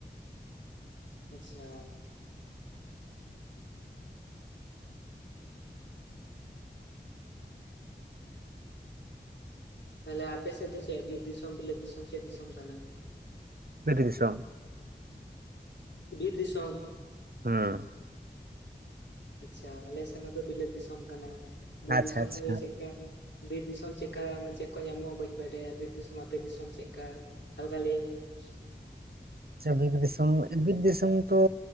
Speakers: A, on the left (about 90°); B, on the right (about 60°).
A: ᱟᱪᱪᱷᱟ, ᱛᱟᱞᱮ ᱟᱯᱮ ᱥᱮᱫ ᱫᱚ ᱪᱮ ᱵᱤᱨ ᱫᱤᱥᱚᱢ ᱵᱤᱞᱟᱹᱛ ᱫᱤᱥᱚᱢ ᱪᱮᱫ ᱫᱤᱥᱚᱢ ᱠᱟᱱᱟ?
B: ᱵᱤᱨ ᱫᱤᱥᱚᱢ᱾
A: ᱵᱤᱨ ᱫᱤᱥᱚᱢ?
B: ᱦᱮᱸ,
A: ᱟᱪᱪᱷᱟ ᱟᱞᱮ ᱥᱮᱱ ᱢᱟᱛᱚ ᱵᱤᱞᱟᱹᱛ ᱫᱤᱥᱚᱢ ᱠᱟᱱᱟ ᱵᱤᱨ
B: ᱟᱪᱪᱷᱟ
A: ᱫᱤᱥᱚᱢ
B: ᱟᱪᱪᱷᱟ
A: ᱨᱮ ᱪᱮᱜᱠᱟ? ᱵᱤᱨ ᱫᱤᱥᱚᱢ ᱪᱮᱜᱠᱟ ᱪᱮᱜ ᱠᱚ ᱧᱟᱢᱚᱜᱼᱟ ᱵᱟᱹᱧ ᱵᱟᱰᱟᱭᱟ ᱵᱤᱨ ᱫᱤᱥᱚᱢ ᱟᱯᱮ ᱫᱤᱥᱚᱢ ᱪᱮᱜᱠᱟ? ᱦᱟᱞᱠᱟ ᱞᱮᱭᱟᱧ ᱢᱮ ᱾
B: ᱟᱪᱪᱷᱟ ᱵᱤᱨ ᱫᱤᱥᱚᱢ ᱵᱤᱨ ᱫᱤᱥᱚᱢ ᱛᱚ